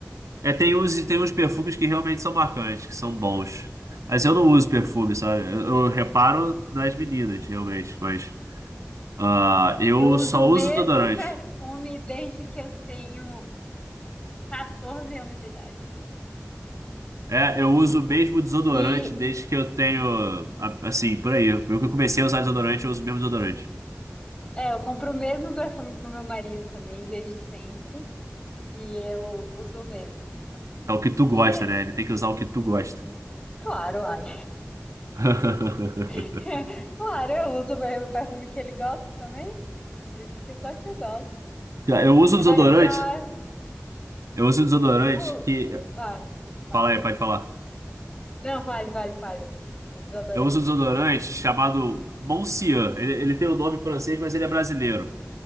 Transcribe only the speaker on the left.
Eu uso
o mesmo
perfume desde que eu tenho 14 anos de idade.
E
é, eu compro o mesmo perfume pro meu marido também, desde sempre. E eu uso mesmo, assim.
E é
claro, ai.
<laughs> Claro, eu uso mesmo o mesmo perfume que ele gosta também. Ele tem que usar o que eu gosto.
Agora,
pior
que o.
Ah, desculpa, fale.
Não, vale, vale, vale. O desodorante.